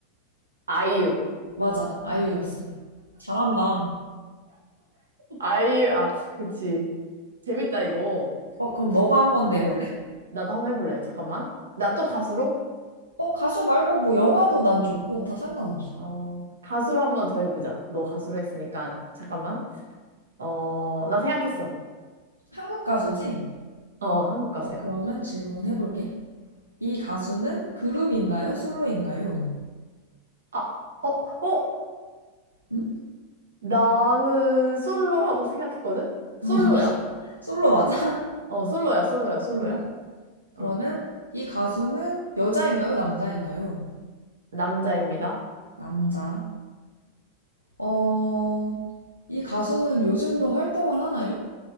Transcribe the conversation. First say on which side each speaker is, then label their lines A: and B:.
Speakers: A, on the right (about 70°); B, on the right (about 80°).
A: 아이유.
B: 맞아, 아이유였어. 잘한다.
A: 아이유, 아, 그치. 재밌다, 이거.
B: 어, 그럼 너가 한번 내볼래?
A: 어, 나도 한번 해볼래. 잠깐만. 나 또 가수로?
B: 어, 가수 말고 뭐 영화도 난 좋고 다 상관없어.
A: 어, 가수로 한번 더 해보자. 너 가수로 했으니까. 잠깐만. 어, 나 생각했어.
B: 한국 가수지?
A: 어, 어, 한국 가수야.
B: 어, 그러면 질문해볼게. 이 가수는 그룹인가요? 솔로인가요?
A: 아, 어, 어?
B: 응?
A: 나는 솔로라고 생각했거든? 솔로야.
B: <laughs> 솔로 맞아?
A: 어, 솔로야, 솔로야, 솔로야.
B: 솔로. 그러면
A: 어,
B: 이 가수는 여자인가요? 남자인가요?
A: 남자입니다.
B: 남자. 어, 이 가수는 요즘도 활동을 하나요?